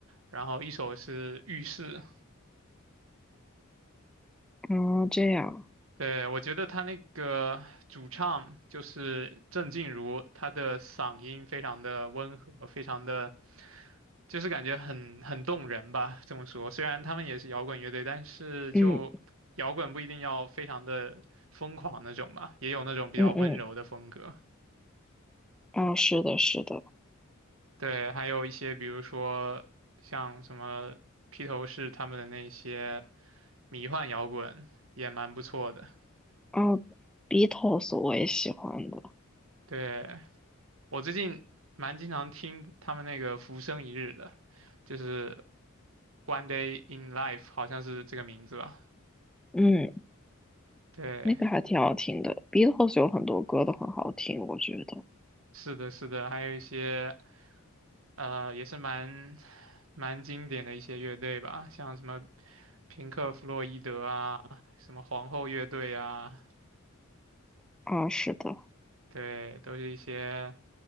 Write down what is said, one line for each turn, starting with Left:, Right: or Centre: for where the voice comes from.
Right: 然后一首是浴室。
Centre: 啊，这样，
Right: 对，我觉得他那个主唱就是郑静茹，她的嗓音非常的温和，非常的就是感觉很很动人吧。这么说，虽然他们也是摇滚乐队，但是就摇滚不一定要非常的疯狂那种吧，
Centre: 嗯
Right: 也有那种比较温柔的风格。
Centre: 嗯嗯，啊，是的，是的，
Right: 对，还有一些比如说像什么披头士他们的那些迷幻摇滚也蛮不错的。
Centre: 啊，Beatles 我也喜欢的，
Right: 对，我最近蛮经常听他们那个《浮生一日》的，就是《One Day in Life》，好像是这个名字吧？
Centre: 嗯，
Right: 对，
Centre: 那个还挺好听的，Beatles 有很多歌都很好听，我觉得，
Right: 是的，是的，还有一些呃，也是蛮蛮经典的一些乐队吧，像什么平克·弗洛伊德啊，什么皇后乐队啊，
Centre: 啊，是的，
Right: 对，都是一些。